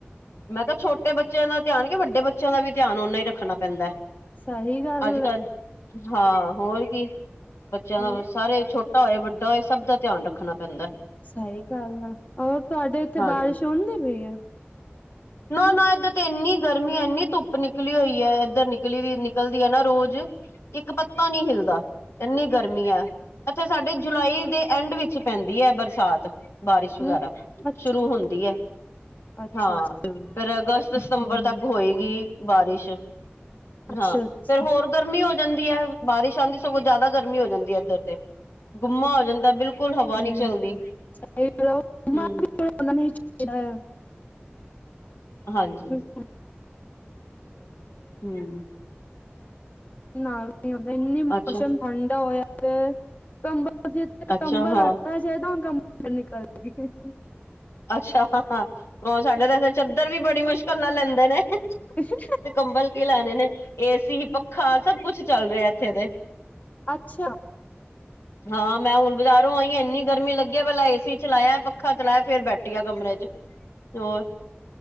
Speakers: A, on the left; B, on the left.
A: ਮੈਂ ਕਿਹਾ ਛੋਟੇ ਬੱਚਿਆਂ ਦਾ ਧਿਆਨ ਕਿ ਵੱਡੇ ਬੱਚਿਆਂ ਦਾ ਵੀ ਧਿਆਨ ਨਾ ਹੀ ਰੱਖਣਾ ਪੈਂਦਾ ਐ।
B: ਸਹੀ ਗੱਲ
A: ਅੱਜ-ਕੱਲ
B: ਹੈ
A: ਹਾਂ ਹੋਰ ਕੀ ਬੱਚੇਆਂ
B: ਹੋ
A: ਦਾ ਸਾਰੇ ਛੋਟਾ ਹੋਏ ਵੱਡਾ ਹੋਏ ਸਭ ਦਾ ਧਿਆਨ ਰੱਖਣਾ ਪੈਂਦਾ।
B: ਸਹੀ ਗੱਲ ਆ, ਔਰ ਤੁਹਾਡੇ ਇੱਥੇ
A: ਹਾਂਜੀ
B: ਬਾਰਿਸ਼ ਆਉਂਦੀ ਪਈ ਆ?
A: ਨਾ-ਨਾ ਇੱਧਰ ਤੇ ਇੰਨੀ ਗਰਮੀ ਐ। ਇੰਨੀ ਧੁੱਪ ਨਿਕਲੀ ਹੋਈ ਹੈ ਇੱਧਰ ਨਿਕਲੀ ਵੀ ਨਿਕਲਦੀ ਹੈ ਨਾ ਰੋਜ਼। ਇੱਕ ਪੱਤਾ ਨਈ ਹਿਲਦਾ। ਏਨੀ ਗਰਮੀ ਐ ਅੱਛਾ ਸਾਡੇ ਜੁਲਾਈ ਦੇ ਐਂਡ ਵਿੱਚ ਪੈਂਦੀ ਐ ਬਰਸਾਤ। ਬਾਰਿਸ਼
B: ਹਮ
A: ਵਗੈਰਾ
B: ਅੱਛਾ
A: ਸ਼ੁਰੂ ਹੁੰਦੀ ਐ।
B: ਅੱਛਾ
A: ਹਾਂ
B: ਅੱਛਾ
A: ਫੇਰ ਅਗਸਤ,
B: ਹਮ
A: ਸਤੰਬਰ ਤੱਕ ਹੋਏਗੀ। ਬਾਰਿਸ਼
B: ਅੱਛਾ
A: ਹਾਂ
B: ਅੱਛਾ
A: ਫੇਰ ਹੋਰ ਗਰਮੀ ਹੋ ਜਾਂਦੀ ਐ ਬਾਰਿਸ਼ ਆਉਂਦੀ ਸਗੋਂ ਜਿਆਦਾ ਗਰਮੀ ਹੋ ਜਾਂਦੀ ਐ ਇੱਧਰ ਤੇ ਗੁੰਮਾ ਹੋ ਜਾਂਦਾ ਬਿਲਕੁਲ ਹੁਨ ਹਵਾ
B: ਹਮ
A: ਨੀ ਚੱਲਦੀ
B: ਸਹੀ ਗੱਲ ਆ ਉਹ
A: ਹੂੰ
B: <unintelligible>
A: ਹਾਂਜੀ।
B: <unintelligible>
A: ਹੂੰ
B: ਨਾਲ ਨ ਆਉਂਦਾ ਇੰਨੀ ਮੌਸਮ
A: ਅੱਛਾ
B: ਠੰਡਾ ਹੋਇਆ ਪਿਆ ਕੰਬਲ
A: ਅੱਛਾ ਹਾਂ
B: <unintelligible> ਨਿਕਲ <unintelligible>
A: ਅੱਛਾ ਹਾਅ ਹਾਂਅ, ਓਹ ਸਾਡੇ ਤੇ ਇੱਥੇ ਚੱਦਰ ਵੀ ਬੜੀ ਮੁਸ਼ਕਲ ਨਾਲ ਲੈਂਦੇ ਨੇ
B: <inaudible>
A: ਤੇ ਕੰਬਲ ਕੀ ਲੈਣੇ ਨੇ, ਏਸੀ, ਪੱਖਾ ਸਭ ਕੁੱਛ ਚੱਲ ਰਿਆ ਇੱਥੇ ਤੇ
B: ਅੱਛਾ।
A: ਹਾਂ, ਮੈਂ ਹੁਣ ਬਜਾਰੋਂ ਆਈਂ ਐ। ਐਂਨੀ ਗਰਮੀ ਲੱਗੀ ਐ ਪੈਲਾਂ ਏਸੀ ਚਲਾਇਆ, ਪੱਖਾ ਚਲਾਇਆ ਫੇਰ ਬੈਠੀ ਆ ਕਮਰੇ ਚ ਹੋਰ।